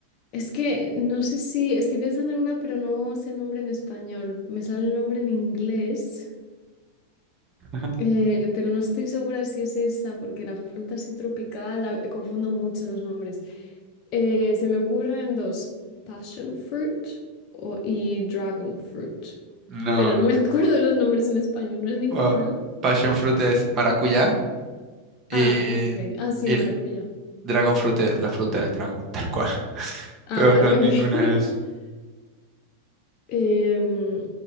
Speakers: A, on the left; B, on the right.
A: Es que no sé si estoy pensando en una, pero no sé el nombre en español. Me sale el nombre en inglés,
B: <laughs>
A: eh, pero no estoy segura si es esa, porque la fruta así tropical, la- eh, confundo mucho los nombres. Eh, se me ocurren dos, passion fruit o- y dragon fruit,
B: No.
A: pero no me <laughs> acuerdo de los nombres en español, no es ninguna.
B: o- passion fruit es maracuyá y,
A: Ah, ok. Ah, sí,
B: y
A: maracuyá.
B: Dragon Fruit es la fruta del dragón, tal cual. <laughs>
A: Ah,
B: Pero
A: vale,
B: no, ninguna
A: ok. <laughs>
B: es.
A: Em,